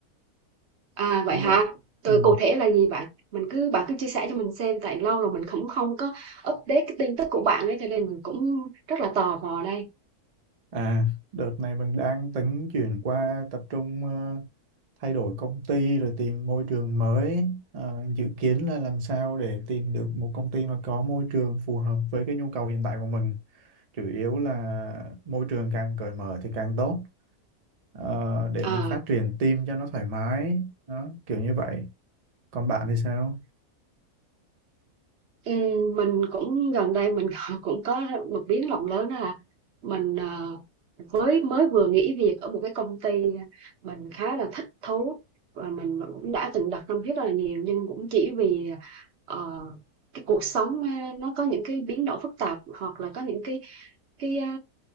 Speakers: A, on the right; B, on the right.
A: à
B: Không
A: vậy hả?
B: được.
A: Tôi
B: Ừ.
A: cụ thể là gì vậy? Mình cứ bạn cứ chia sẻ cho mình xem tại lâu rồi mình cũng không có update cái tin tức của bạn ấy cho nên mình cũng rất là tò mò đây.
B: À, đợt này mình đang tính chuyển qua tập trung ờ, thay đổi công ty rồi tìm môi trường mới. À, dự kiến là làm sao để tìm được một công ty mà có môi trường phù hợp với cái nhu cầu hiện tại của mình. Chủ yếu là môi trường càng cởi mở thì càng tốt. ờ, để
A: À.
B: mình phát triển team cho nó thoải mái đó, kiểu như vậy còn bạn thì sao
A: Ừ, mình cũng gần đây mình <laughs> cũng có một biến động lớn đó là mình ờ, với mới vừa nghỉ việc ở một cái công ty mình khá là thích thú và mình cũng đã từng đặt tâm huyết rất là nhiều nhưng cũng chỉ vì ờ, cái cuộc sống ờ, nó có những cái biến động phức tạp hoặc là có những cái cái ờ,